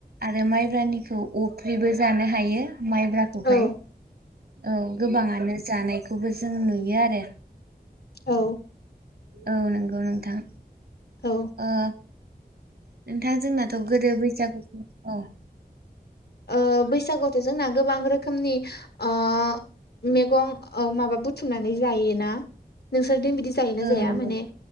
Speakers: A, on the right; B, on the left.
A: आरो माइब्रानिखौ अफ्रिबो जानो हायो। माइब्राखौहाय
B: औ
A: औ गोबांङानो ज जानायखौबो जों नुयो आरो।
B: औ।
A: औ नंगौ नोंथां
B: औ
A: ओ नोंथां जोंनाथ' गोदो बैसागुखऔ औ
B: ओ बैसागुथ' जोंना गोबां रोखोमनि अ मेगं अ माबा बुथुमनानै जायोना नों? थिं बिदि जायोना
A: औ
B: जाया
A: नंगौ
B: माने?